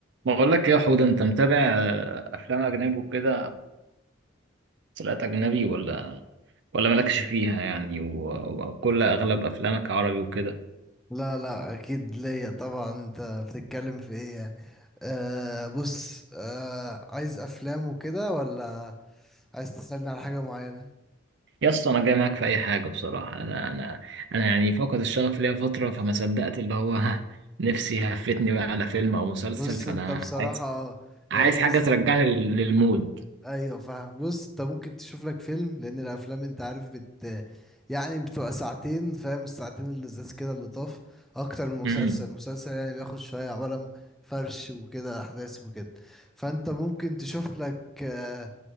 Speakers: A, on the right; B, in the centre.
A: بقول لك ايه يا حوده انت متابع آه، افلام اجنبي وكده مسلسلات اجنبي ولا ولا مالكش فيها يعني و- وكل اغلب افلامك عربي وكده
B: لا لا اكيد ليا طبعا انت بتتكلم في ايه يعني آه بص آه عايز افلام وكده ولا عايز تسألني على حاجة معينة
A: يا اسطى انا جاي معاك في اي حاجه بصراحه انا انا انا يعني فاقد الشغف ليا فتره فما
B: أيوة.
A: صدقت اللي هو <laughs> ها، نفسي هفتني بقى على فيلم او مسلسل
B: بص
A: فانا
B: انت بصراحة
A: عايز
B: آه،
A: عايز
B: يعني بص
A: حاجه ترجعني لل- للمود
B: ايوه فاهم بص انت ممكن تشوف لك فيلم لان الافلام انت عارف بت يعني بتبقى ساعتين فاهم الساعتين اللذاذ كده اللي طاف اكتر من مسلسل
A: امم
B: مسلسل يعني بياخد شوية عبارة عن فرش وكده احداث وكده فانت ممكن تشوف لك آه،